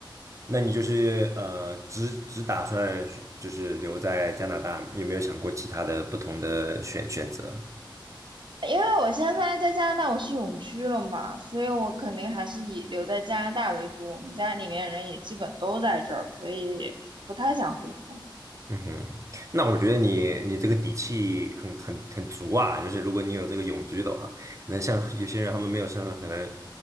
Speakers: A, on the right; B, on the right.
A: 那你就是呃，只只打算是就是留在加拿大，有没有想过其他的不同的选选择？
B: 因为我现在在加拿大，我是永居了嘛，所以我肯定还是以留在加拿大为主。我们家里面人也基本都在这儿，所以不太想回国。
A: 嗯哼，那我觉得你你这个底气很很很足啊，就是如果你有这个永居的话，那像有些人他们没有身份，可能